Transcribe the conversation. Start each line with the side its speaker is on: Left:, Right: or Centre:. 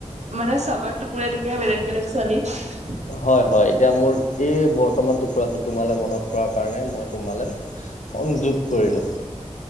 Right: মানে চবৰে টুকুৰা টুকুৰা বেলেগ বেলেগ চলি <unintelligible>
Left: হয় হয় এতিয়া মোৰ এই বৰ্তমান টুকুৰাটো তোমালে মনত পৰা কাৰণে মই তোমালে <unintelligible> সংযোগ কৰিলো